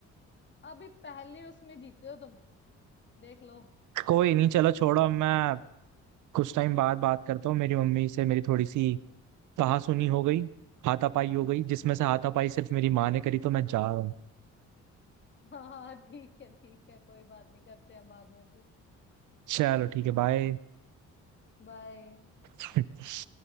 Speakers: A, on the left; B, on the right.
A: अभी पहले उसमें जीते हो तुम देख लो
B: कोई नहीं चलो छोड़ो अब मैं कुछ टाइम बाद बात करता हूँ मेरी मम्मी से मेरी थोड़ी सी कहासुनी हो गई हाथापाई हो गई जिसमें से हाथापाई सिर्फ मेरी माँ ने करी तो मैं जा रहा हूँ
A: <laughs> हाँ हाँ ठीक है ठीक है कोई बात नहीं करते हैं बाद में फिर
B: चलो ठीक है बाय
A: बाय
B: <laughs>